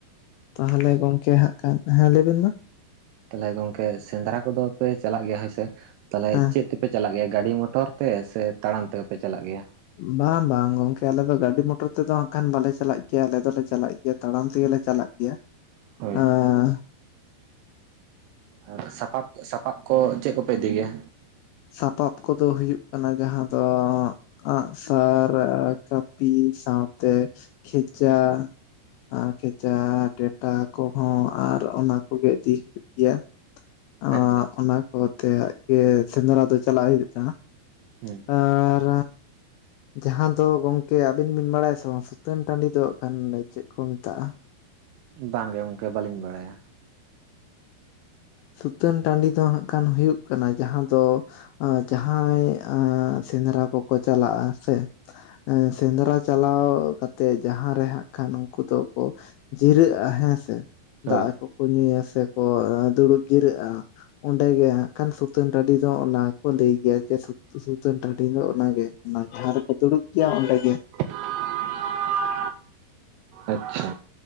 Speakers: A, on the left (about 85°); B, on the right (about 80°).
A: ᱛᱟᱦᱚᱞᱮ ᱜᱚᱝᱠᱮ ᱦᱟᱸᱜ ᱠᱷᱟᱱ ᱦᱮᱸ ᱞᱟᱹᱭᱵᱤᱱ ᱢᱟ
B: ᱛᱟᱦᱚᱞᱮ ᱜᱚᱢᱠᱮ ᱥᱮᱸᱫᱽᱨᱟ ᱠᱚᱫᱚ ᱯᱮ ᱪᱟᱞᱟᱜ ᱜᱮᱭᱟ ᱦᱳᱭᱥᱮ ᱛᱟᱦᱚᱞᱮ
A: ᱦᱮᱸ
B: ᱪᱮᱫ ᱛᱮᱯᱮᱼᱼ ᱯᱮ ᱪᱟᱞᱟᱜ ᱜᱮᱭᱟ ᱜᱟᱹᱰᱤ ᱢᱚᱴᱚᱨ ᱛᱮ ᱥᱮ ᱛᱟᱲᱟᱢ ᱛᱮᱜᱮᱯᱮ ᱪᱟᱞᱟᱜ ᱜᱮᱭᱟ?
A: ᱵᱟᱝ ᱵᱟᱝ ᱜᱚᱢᱠᱮ ᱟᱞᱮ ᱫᱚ ᱜᱟᱹᱰᱤ ᱢᱚᱴᱚᱨ ᱛᱮᱫᱚ ᱦᱟᱸᱜ ᱠᱷᱟᱱ ᱵᱟᱞᱮ ᱪᱟᱞᱟᱜ ᱜᱮᱭᱟ ᱟᱞᱮ ᱫᱚᱞᱮ ᱪᱟᱞᱟᱜ ᱜᱮᱭᱟ ᱛᱟᱲᱟᱢ ᱛᱮᱜᱮ ᱞᱮ ᱪᱟᱞᱟᱜ ᱜᱮᱭᱟ
B: ᱦᱳᱭ
A: ᱟᱸ
B: ᱟᱨ ᱥᱟᱯᱟᱯ ᱥᱟᱯᱟᱯ ᱠᱚ ᱪᱮᱫ ᱠᱚᱯᱮ ᱤᱫᱤ ᱜᱮᱭᱟ
A: ᱥᱟᱯᱟᱯ ᱠᱚᱫᱚ ᱦᱩᱭᱩᱜ ᱠᱟᱱᱟ ᱡᱟᱦᱟᱸ ᱫᱚ ᱟᱸᱜᱼᱥᱟᱨ ᱠᱟᱹᱯᱤ ᱥᱟᱶᱛᱮ ᱠᱷᱮᱪᱟ ᱟᱨ ᱠᱷᱮᱪᱟ ᱴᱮᱴᱟ ᱠᱚᱦᱚᱸ ᱟᱨ ᱚᱱᱟ ᱠᱚᱜᱮ ᱤᱫᱤ ᱦᱩᱭᱩᱜ ᱜᱮᱭᱟ ᱟᱸ
B: ᱟᱪᱪᱷᱟ ᱟᱪᱪᱷᱟ
A: ᱚᱱᱟ ᱠᱚᱛᱮᱜ ᱜᱮ ᱥᱮᱸᱫᱽᱨᱟ ᱫᱚ ᱪᱟᱞᱟᱜ ᱦᱩᱭᱩᱜ ᱜᱮ ᱛᱟᱦᱮᱸᱜ-ᱟ ᱾
B: ᱦᱩᱸ
A: ᱟᱨ ᱡᱟᱦᱟᱸ ᱫᱚ ᱜᱚᱢᱠᱮ ᱟᱵᱤᱱ ᱵᱤᱱ ᱵᱟᱲᱟᱭᱟ ᱥᱮ ᱵᱟᱝ ᱥᱩᱛᱟᱹᱱ ᱴᱟᱺᱰᱤ ᱫᱚ ᱦᱟᱸᱜ ᱠᱷᱟᱱ ᱪᱮᱫ ᱠᱚ ᱢᱮᱛᱟᱜᱼᱟ
B: ᱵᱟᱝ ᱜᱮ ᱜᱚᱢᱠᱮ ᱵᱟᱹᱞᱤᱧ ᱵᱟᱲᱟᱭᱟ
A: ᱥᱩᱛᱟᱹᱱ ᱴᱟᱺᱰᱤ ᱫᱚ ᱦᱟᱸᱜ ᱠᱷᱟᱱ ᱦᱩᱭᱩᱜ ᱠᱟᱱᱟ ᱡᱟᱦᱟᱸ ᱫᱚ ᱡᱟᱦᱟᱸᱭ ᱥᱮᱸᱫᱽᱨᱟ ᱠᱚᱠᱚ ᱪᱟᱞᱟᱜᱼᱟ ᱥᱮ ᱥᱮᱸᱫᱽᱨᱟ ᱪᱟᱞᱟᱣ ᱠᱟᱛᱮᱫ ᱡᱟᱦᱟᱸ ᱨᱮ ᱦᱟᱸᱜ ᱠᱷᱟᱱ ᱩᱱᱠᱩ ᱫᱚ ᱠᱚ ᱡᱤᱨᱟᱹᱜᱼᱟ ᱦᱮᱸ ᱥᱮ ᱫᱟᱜ
B: ᱦᱳᱭ
A: ᱠᱚᱠᱚ ᱧᱩᱭᱟ ᱥᱮ ᱠᱚ ᱫᱩᱲᱩᱵ ᱡᱤᱨᱟᱹᱜᱼᱟ ᱚᱸᱰᱮ ᱜᱮ ᱦᱟᱸᱜ ᱠᱷᱟᱱ ᱥᱩᱛᱟᱹᱱ ᱴᱟᱺᱰᱤ ᱫᱚ ᱚᱱᱟ ᱜᱮ ᱠᱚ ᱞᱟᱹᱭ ᱜᱮᱭᱟ ᱡᱮ ᱥᱩᱛᱟᱹᱱ ᱴᱟᱺᱰᱤ ᱫᱚ ᱚᱱᱟ ᱜᱮ ᱚᱱᱟ ᱡᱟᱦᱟ ᱨᱮᱠᱚ ᱫᱩᱲᱩᱵ ᱜᱮᱭᱟ ᱚᱸᱰᱮ ᱜᱮ
B: <inaudible> ᱟᱪᱪᱷᱟ